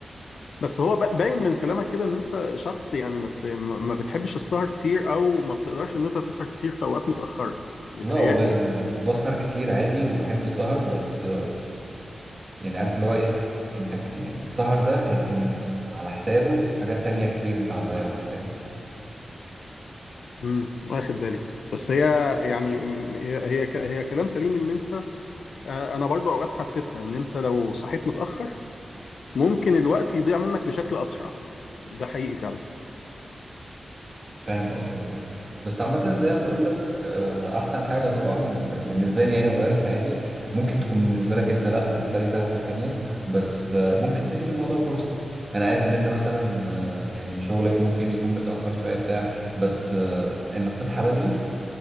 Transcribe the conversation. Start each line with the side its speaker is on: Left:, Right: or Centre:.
Left: بس هو ب- باين من كلامك كده ان انت شخص يعني ما بت- ما ما بتحبش السهر كتير او ما بتقدرش ان انت تسهر كتير في اوقات متاخره بيتهيألي
Right: لا والله
Left: يعني
Right: انا بسهر كتير عادي وبحب السهر بس يعني عارف اللي هو ايه انت ك- يعني السهر ده هيكون على حسابه حاجات تانية كتير انت هتضيعها فاهم
Left: امم واخد بالي بس هي يعني أمم، هي هي ك- هي كلام سليم ان انت آه، انا برضو اوقات حسيتها ان انت لو صحيت متاخر ممكن الوقت يضيع منك بشكل اسرع ده حقيقي فعلا
Right: فاهم قصدك اه بس عامة زي ما بقول لك آه، احسن حاجة طبعا بالنسبة لي يعني غيرت حياتي ممكن تكون بالنسبة لك انت لا مختلفة حاجة تانية بس آه، ممكن تدي للموضوع فرصة انا عارف ان انت مثلا آه، يعني شغلك ممكن يكون متأخر شوية بتاع بس آه، انك تصحى بدري